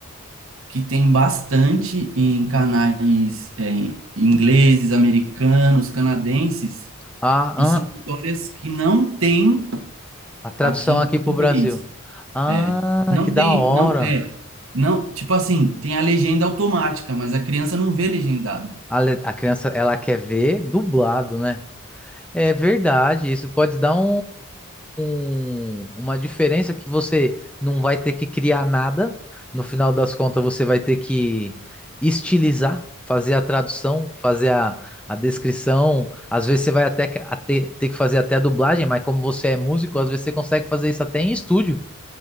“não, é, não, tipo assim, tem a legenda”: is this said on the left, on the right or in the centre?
Right